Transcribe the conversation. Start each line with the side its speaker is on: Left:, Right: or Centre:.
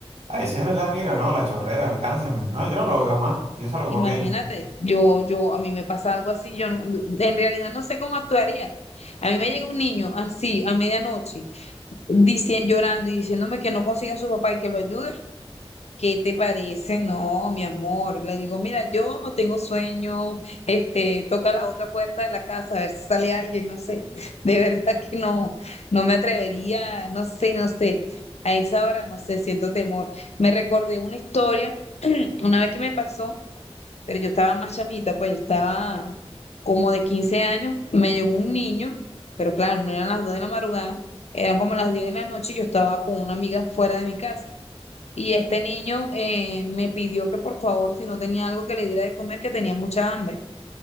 Right: ahí sí es verdad, mira, no, la chorrera, alcánceme. No, yo no lo veo más, yo salgo
Left: Imagínate,
Right: corriendo.
Left: yo, yo, a mí me pasa algo así, yo no- en realidad no sé cómo actuaría. A mí me llega un niño así a medianoche, dici- llorando y diciéndome que no consiga a su papá y que lo ayude. ¿Qué te parece? No, mi amor. Le digo, mira, yo tengo sueño, este, toca la otra puerta de la casa a ver si sale alguien, no sé. <laughs> De verdad que no, no me atrevería, no sé, no sé. A esa hora, no sé, siento temor. Me recordé una historia, <clears throat> una vez que me pasó pero yo estaba más chamita, pues yo estaba como de 15 años, me llegó un niño, pero claro, no eran las 2 de la madrugada, eran como las 10 de la noche y yo estaba con una amiga fuera de mi casa. Y este niño eh, me pidió que por favor, si no tenía algo que le diera de comer, que tenía mucha hambre.